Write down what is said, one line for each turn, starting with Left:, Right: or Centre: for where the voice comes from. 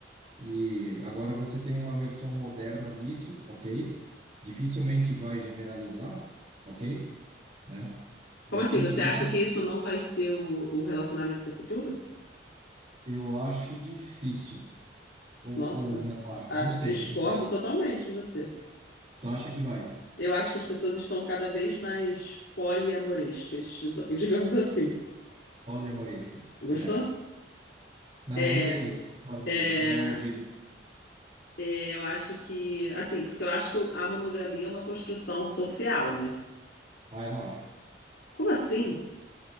Right: E agora você tem uma versão moderna disso, ok? Dificilmente vai generalizar, ok? Né? Mas
Left: Como assim?
Right: se
Left: Você
Right: isso virar,
Left: acha que isso não vai ser o, o relacionamento do futuro?
Right: eu acho difícil. Ou,
Left: Nossa,
Right: ou não acho.
Left: ah,
Right: Não sei,
Left: discordo
Right: não sei.
Left: totalmente de você.
Right: Tu acha que vai?
Left: Eu acho que as pessoas estão cada vez mais poliamorescas, diz- digamos assim.
Right: Poliemorescas.
Left: Gostou?
Right: É. Não,
Left: É,
Right: gostei, gostei. da palavra,
Left: é,
Right: O, o neologismo.
Left: é, eu acho que, assim, porque eu acho que a monogamia é uma construção social, né?
Right: Ah, eu não acho.
Left: Como assim?